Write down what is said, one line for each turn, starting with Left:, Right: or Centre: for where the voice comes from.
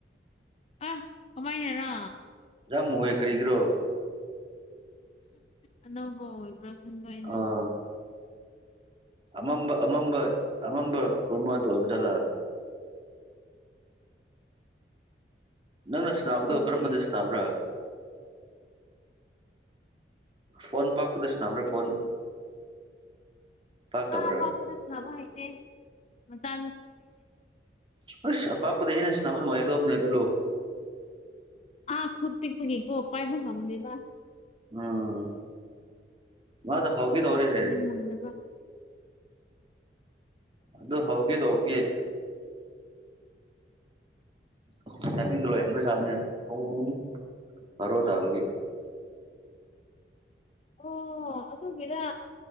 Left: ꯑ ꯀꯃꯥꯏꯅꯔꯥ
Right: ꯌꯥꯝꯃꯋꯦ ꯀꯔꯤꯒ꯭ꯔꯣ
Left: ꯑꯅꯧꯕ ꯑꯣꯏꯕ꯭ꯔꯥ ꯈꯟꯕ ꯑꯩꯅ
Right: ꯑꯥ ꯑꯃꯝꯕ ꯑꯃꯝꯕ ꯑꯃꯝꯕ ꯀꯨꯔꯃꯗꯨ ꯑꯣꯏꯕꯖꯥꯠꯂꯥ ꯅꯪꯅ ꯁꯅꯥꯕꯗꯣ
Left: ꯑꯣꯏꯔꯝꯒꯅꯤ
Right: ꯀꯔꯝꯕꯗ ꯁꯅꯕ꯭ꯔꯥ ꯐꯣꯟ ꯄꯥꯛꯄꯗ ꯁꯅꯕ꯭ꯔꯥ ꯐꯣꯟ ꯄꯥꯛꯇꯕ꯭ꯔꯥ
Left: ꯑꯥ ꯄꯥꯛꯄꯗ ꯁꯥꯟꯅꯕꯥ ꯍꯩꯇꯦ ꯃꯆꯥ
Right: ꯑꯁ ꯑꯄꯥꯛꯄꯗ ꯍꯦꯟꯅꯥ ꯁꯥꯟꯅꯕ ꯅꯨꯡꯉꯥꯏꯒꯗꯅꯦ ꯎꯠꯂꯣ
Left: ꯑꯥ ꯈꯨꯠ ꯄꯤꯛꯄꯒꯤꯀꯣ ꯄꯥꯏꯕ ꯉꯝꯗꯦꯕ
Right: ꯎꯝ ꯃꯥꯗꯣ ꯍꯧꯒꯦ
Left: ꯗꯨꯒꯤ
Right: ꯇꯧꯔꯦꯍꯦ
Left: ꯏꯟꯅ ꯉꯝꯗꯕ
Right: ꯑꯗꯨ ꯍꯧꯒꯦ ꯇꯧꯕꯒꯤ <unintelligible> ꯕꯥꯔꯣ ꯇꯥꯕꯒꯤ
Left: ꯑꯣ ꯑꯗꯨꯒꯤꯔꯥ